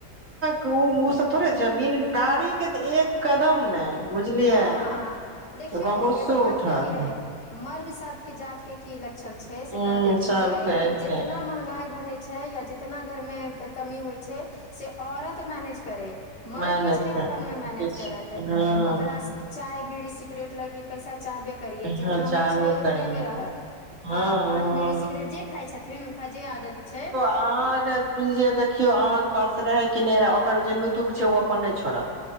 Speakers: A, on the right; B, on the left.
A: केँ थोड़े छै, बिन गाड़ी के तऽ एक कदम ने बुझलियै
B: हँ देखियौ
A: तऽ गाव गोसो
B: एगो बात
A: उठत।
B: कहियै मर्द सभके जातके। कि लक्षण छै,
A: ह
B: से कह दय छियै
A: सबके
B: कि
A: एके
B: जितना महगाई बढ़े छै या। कितना घर मे कमी होइ छै, से औरत मैनेज करै। मर्द
A: मैनेज
B: किछ नहि
A: कर
B: अपन मे
A: किछ
B: मैनेज करत।
A: हँ
B: ओकरा चाय बीड़ी सगरेट लगी पैसा चाहवे। करिये जेटना
A: हँ चाहबे
B: मे छै, उत्नेमे
A: करी
B: रहत
A: हँ
B: पान, बिरी, सिगरेट जे खाई छै। छथिन, हुनका जे आदत छै।
A: अहाँकेँ जे देखियौ अहाँकेँ पास रहे कि नहि रहे ओकर जे लुतुक छै, ओ अपन नहि छोड़त।